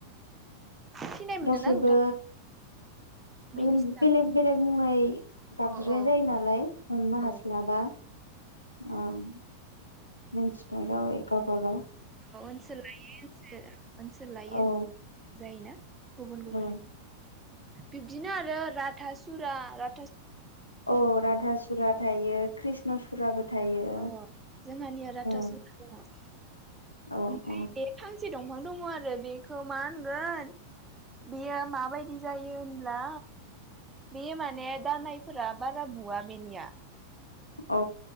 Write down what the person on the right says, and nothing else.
सिनाय मोनदोंना
नोंथां मिनिस्थां
औ औ
औ
औ ओनसोल लायै ओनसो औ ओनसोल लायो
ओनसो जायोना गुबुन गुबुन
बिब्दिनो आरो राधा सुरा रा
अ जोंहानिया राधा
सुरा दङ
ओमफ्राय
बे फां से दंफां दङ आरो बेखो मा होनगोन बेयो माबायदि जायो होनब्ला बे माने दानायफोरा बारा बुवा बेनिया